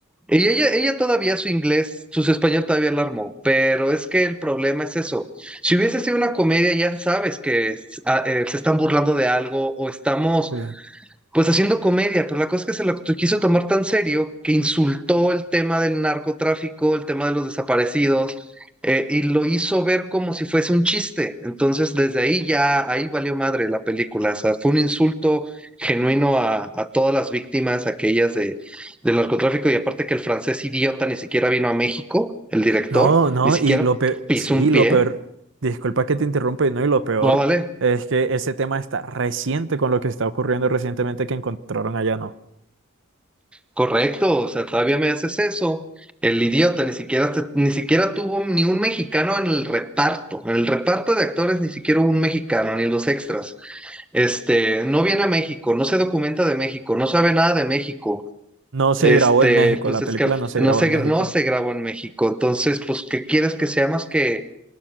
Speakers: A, in the centre; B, on the right.
A: Y ella, ella todavía su inglés, su español todavía la armó, pero es que el problema es eso. Si hubiese sido una comedia, ya sabes que es- ah, eh, se están burlando de algo o estamos
B: sí.
A: pues haciendo comedia, pero la cosa es que se lo to- quiso tomar tan serio que insultó el tema del narcotráfico, el tema de los desaparecidos, eh, y lo hizo ver como si fuese un chiste. Entonces, desde ahí ya, ahí valió madre la película. O sea, fue un insulto genuino a, a todas las víctimas, aquellas de, del narcotráfico, y aparte que el francés idiota ni siquiera vino a México, el director,
B: No, no,
A: ni siquiera
B: y lo peor,
A: pisó
B: sí,
A: un pie.
B: lo peor, disculpa que te interrumpa, y no, y lo peor
A: No, vale.
B: es que ese tema está reciente con lo que está ocurriendo recientemente que encontraron allá, ¿no?
A: Correcto, o sea, todavía me haces eso. El idiota ni siquiera te- ni siquiera tuvo ni un mexicano en el reparto. En el reparto de actores ni siquiera hubo un mexicano, ni los extras. Este, no viene a México, no se documenta de México, no sabe nada de México.
B: No se
A: Este,
B: grabó en México,
A: pues
B: la
A: es
B: película
A: que
B: no se
A: no
B: grabó
A: se
B: en México.
A: gra- no se grabó en México. Entonces, pues, ¿qué quieres que sea más que